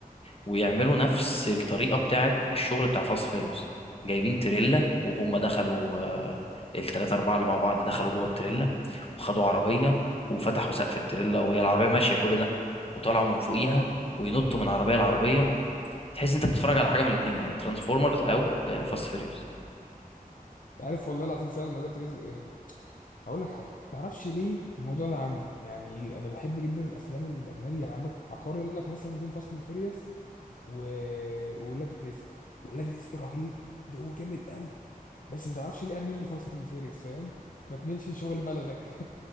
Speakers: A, on the left; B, on the left.
A: ويعملوا نفس الطريقة بتاعت الشغل بتاع فاست فيريوس جايبين تريلا وهم دخلوا آه، التلاتة أربعة اللي مع بعض دخلوا جوه التريلا وخدوا عربية وفتحوا سقف التريلا وهي العربية ماشية كل ده وطلعوا من فوقيها
B: اه
A: وينطوا من عربية لعربية تحس انت بتتفرج على حاجه من الاثنين يعني ترانسفورمرز او فاست فيريوس
B: انت عارف والله العظيم فعلا ولاد رزق اقول لك حاجه ما تعرفش ليه الموضوع ده عندي يعني انا بحب جدا الافلام الاجنبي يعني عندك عقاري يقول لك مثلا بين فاست اند فيريوس و... وولاد رزق ولاد رزق رهيب جو جامد قوي بس ما تعرفش ليه اميل لفاست اند فيريوس فاهم ما تملش شغل بلدك <laughs>